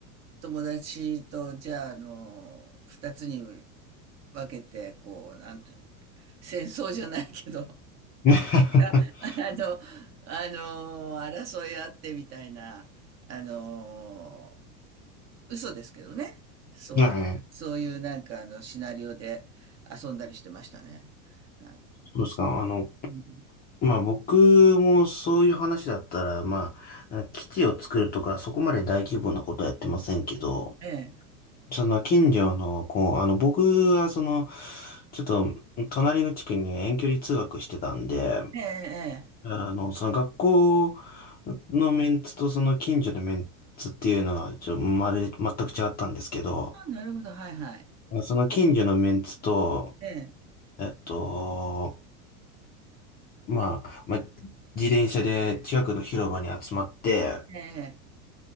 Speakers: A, on the right; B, on the left.
A: 友達と、じゃあ、あのー二つに分けて、こう、なんていうの、戦争じゃないけど、
B: い。<laughs>
A: <laughs> あ、の、あの争いあってみたいな、あの嘘ですけどね。そういう、
B: はい。
A: そういうなんかあの、シナリオで遊んだりしてましたね。なん
B: そうですか。あの、
A: うん、
B: まあ僕もそういう話だったら、まあ、基地を作るとか、そこまで大規模なことはやってませんけど、
A: ええ、
B: その近所の、こう、あの僕はその、ちょっと隣の地区に遠距離通学してたんで、
A: ええ、ええ。
B: あの、その学校のメンツとその近所のメンツっていうのは、ちょ、まるで全く違ったんですけど、
A: あ、なるほど、はいはい。
B: その近所のメンツと、
A: ええ、
B: えっと、まあ、まあ、自転車で近くの広場に集まって、
A: ええ、ええ